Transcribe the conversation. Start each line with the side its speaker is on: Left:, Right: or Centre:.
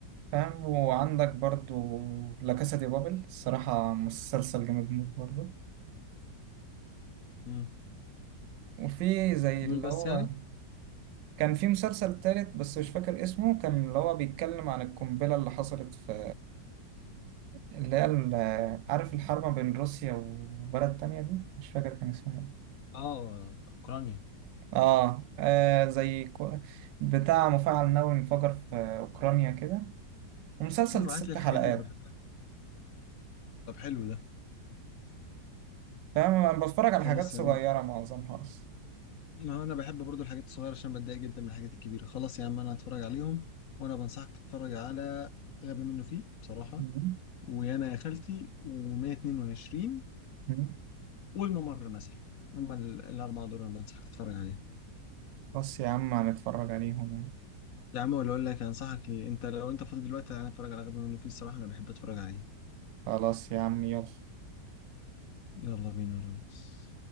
Right: فاهم وعندك برضو لا كاسا دي بابل الصراحة مسلسل جامد موت برضو
Left: امم
Right: وفي زي
Left: دول
Right: اللي
Left: بس
Right: هو
Left: يعني
Right: كان في مسلسل تالت بس مش فاكر اسمه كان اللي هو بيتكلم عن القنبلة اللي حصلت في اللي هي ال- عارف الحرب بين روسيا وبلد تانية دي مش فاكر كان اسمه ايه
Left: اه اوكرانيا
Right: اه, آه زي كو- بتاع مفاعل نووي انفجر في أوكرانيا كده ومسلسل
Left: ايوه
Right: ست
Left: هات لي الحاجات
Right: حلقات
Left: دي انا بحبها طب حلو ده
Right: فاهم انا بتفرج على
Left: خلاص
Right: حاجات صغيرة
Left: يا عم
Right: معظمها اصلا
Left: ما انا بحب برضو الحاجات الصغيره عشان بتضايق جدا من الحاجات الكبيره خلاص يا عم انا هتفرج عليهم وانا بنصحك تتفرج على غبي منه فيه بصراحه
Right: مم.
Left: ويانا يا خالتي و122
Right: مم.
Left: والممر مثلا هم ال- الاربعه دول انا بنصحك تتفرج عليهم
Right: خلاص يا عم هنتفرج عليهم يعني
Left: يا عم ولا اقول لك انصحك إيه؟ انت لو انت فاضي دلوقتي انا اتفرج على غبي منه فيه الصراحه انا بحب اتفرج عليه
Right: خلاص يا عم يلا
Left: يلا بينا يا ريس